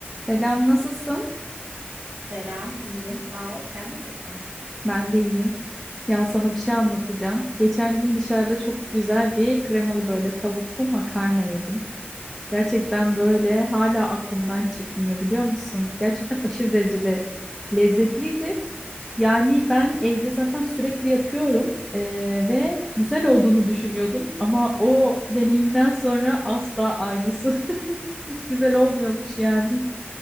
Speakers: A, in the centre; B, on the right (about 65°).
A: Selam, nasılsın?
B: Selam, iyiyim, sağ ol. Sen nasılsın?
A: Ben de iyiyim. Ya sana bir şey anlatacağım. Geçen gün dışarıda çok güzel bir kremalı böyle tavuklu makarna yedim. Gerçekten böyle hala aklımdan çıkmıyor biliyor musun? Gerçekten aşırı derecede lezzetliydi. Yani ben evde zaten sürekli yapıyorum eee, ve güzel olduğunu düşünüyordum ama o deneyimden sonra asla aynısı. <laughs> Hiç güzel olmuyormuş yani.